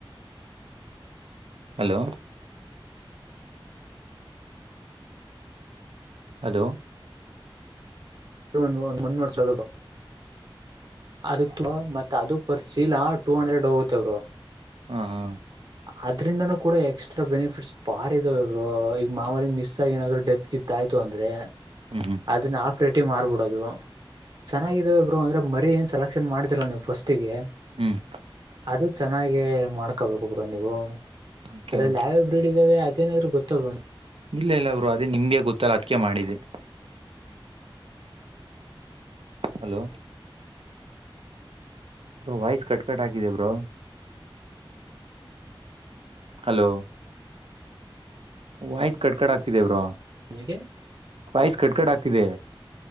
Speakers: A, on the right; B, on the right.
A: ಹಲೋ... ಹಲೋ...
B: ಇ ಒಂದು ಒಂದು ಮಣ್ಣ್ ಹೊಡ್ಸದು ಬ್ರೋ ಅದಕ್ ಮತ್ತ ಅದು ಪರ್ ಸೀಲಾ ಟೂ ಹಂಡ್ರೆಡ್ ಹೋಗುತ್ತೆ ಬ್ರೋ
A: ಹಾ ಹಾ
B: ಅದ್ರಿಂದನೂ ಕೂಡ ಎಕ್ಸ್ಟ್ರಾ ಬೆನಿಫಿಟ್ಸ್ ಬಾರಿ ಇದಾವೆ ಬ್ರೋ ಈಗ ಮಾಮೂಲಿ ಮಿಸ್ ಆಗಿ ಏನಾದ್ರು ಡೆತ್ ಗಿತ್ತ್ ಆಯ್ತು ಅಂದ್ರೆ
A: ಹ್ಮ್ ಹ್ಮ್
B: ಅದನ್ನ ಹಫ್ ರೇಟಿಗ್ ಮಾರ್ಬಿಟ್ ಅದು ಚೆನ್ನಾಗಿದವೆ ಬ್ರೋ ಅಂದ್ರೆ ಮರಿ ಏನ್ ಸೆಲೆಕ್ಷನ್ ಮಾಡಿದಿರಲ್ಲಾ ನೀವು ಫಸ್ಟ್ ಟಿಗೆ
A: ಹ್ಮ್
B: ಅದು ಚೆನ್ನಾಗೆ ಮಾಡ್ಕೋಬೇಕು ಬ್ರೋ ನೀವು..
A: ಓಕೆ
B: ಅದ್ರಲ್ಲಿ
A: ಓಕೆ
B: ಯಾವ್ ಯಾವ್ ಬ್ರೀಡ್ ಇದ್ದಾವೆ ಅದೇನಾದ್ರೂ ಗೊತ್ತಾ ಬ್ರೋ ನಿ
A: ಇಲ್ಲ ಇಲ್ಲ ಬ್ರೋ ಅದೇ ನಿಮಗೆ ಗೊತ್ತಲ್ಲ ಅದಕ್ಕೆ ಮಾಡಿದೆ. ಹಲೋ ವಾಯಸ್ ಕಟ್ಕಟ್ ಹಾಕಿದೆ ಬ್ರೋ ಹಲೋ ವಾಯ್ಸ್ ಕಟ್ಕಡ್ ಆಗ್ತಿದೆ ಬ್ರೋ
B: ನಿನಗೆ
A: ವೈಸ್ ಕಟ್ ಕಟ್ ಆಗತಿದೆ